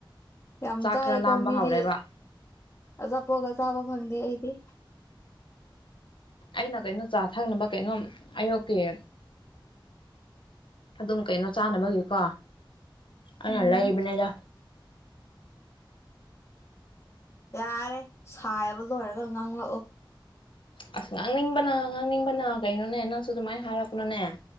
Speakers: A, on the left; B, on the left.
A: ꯌꯥꯝ
B: ꯆꯥꯛ
A: ꯆꯥꯏꯀꯣ
B: ꯈꯔ ꯂꯥꯝꯕ
A: ꯃꯤꯗꯤ
B: ꯍꯧꯔꯦꯕ
A: ꯑꯆꯥꯄꯣꯒ ꯆꯥꯕ ꯐꯪꯗꯦ ꯑꯩꯗꯤ
B: ꯑꯩꯅ ꯀꯩꯅꯣ ꯆꯥ ꯊꯛꯅꯕ ꯀꯩꯅꯣ ꯑꯌꯨꯛꯀꯤ ꯑꯝ ꯑꯗꯨꯝ ꯀꯩꯅꯣ ꯆꯥꯅꯕꯒꯤꯀꯣ ꯑꯩꯅ
A: ꯎꯝ
B: ꯂꯩꯕꯅꯤꯗ
A: ꯌꯥꯔꯦ ꯁꯥꯏꯕ ꯂꯣꯏꯔꯒ ꯉꯥꯡꯪꯂꯛꯑꯣ
B: ꯑꯁ ꯉꯥꯡꯅꯤꯡꯕꯅ ꯉꯥꯡꯅꯤꯡꯕꯅ ꯀꯩꯅꯣꯅꯦ ꯅꯪꯁꯨ ꯑꯗꯨꯃꯥꯏꯅ ꯍꯥꯏꯔꯛꯄ꯭ꯔꯅꯦ